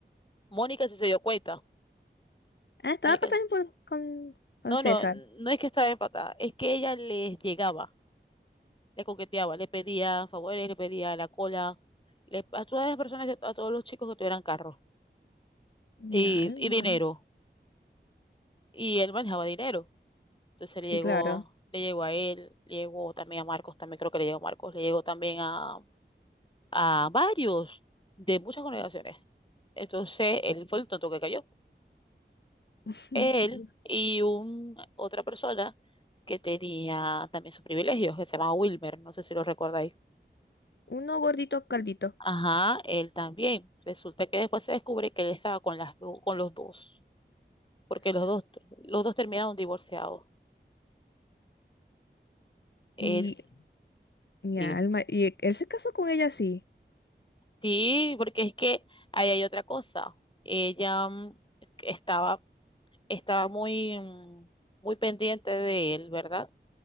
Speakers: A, on the left (about 25°); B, on the left (about 70°).
A: Mónica sí se dio cuenta.
B: Ah, estaba
A: Mónica,
B: pa- también por- con, con
A: no,
B: César.
A: no, no es que estaba empatada, es que ella les llegaba. le coqueteaba, le pedía favores, le pedía la cola, le, a todas las personas, a todos los chicos que tuvieran carro y,
B: Mi alma.
A: y dinero. Y él manejaba dinero. Entonces
B: Sí,
A: le llegó,
B: claro.
A: le llegó a él, le llegó también a Marcos, también creo que le llegó a Marcos, le llegó también a, a varios de muchas congregaciones. Entonces él fue el tonto que cayó.
B: <laughs>
A: Él y un, otra persona que tenía también sus privilegios, que se llama Wilmer, no sé si lo recordáis.
B: Uno gordito, caldito.
A: Ajá, él también. Resulta que después se descubre que él estaba con las do- con los dos, porque los dos, los dos terminaron divorciados. Él,
B: Y mi
A: sí.
B: alma, y él se casó con ella así.
A: Sí, porque es que ahí hay otra cosa. Ella mm, estaba, estaba muy, mm, muy pendiente de él, ¿verdad?